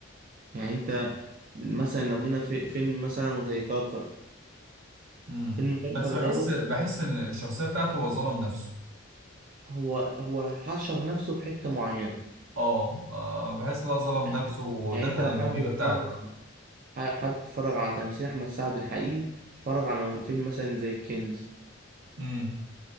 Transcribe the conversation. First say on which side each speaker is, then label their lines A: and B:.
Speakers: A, on the right; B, on the right.
A: يعني انت مثلا لو جينا في فيلم مثلا زي كركر
B: امم
A: فيلم كركر
B: بس بحس
A: دوت
B: بحس ان الشخصيه بتاعته هو ظلم نفسه
A: هو هو حشر نفسه في حتة معينة
B: اه آه، بحس ان هو ظلم
A: يعني
B: نفسه ودفن
A: يعني انت لو
B: الموهبه
A: حابب تتفرج
B: بتاعته
A: ح- حابب تتفرج على تمثيل احمد سعد الحقيقي اتفرج على فيلم مثلا زي الكنز
B: امم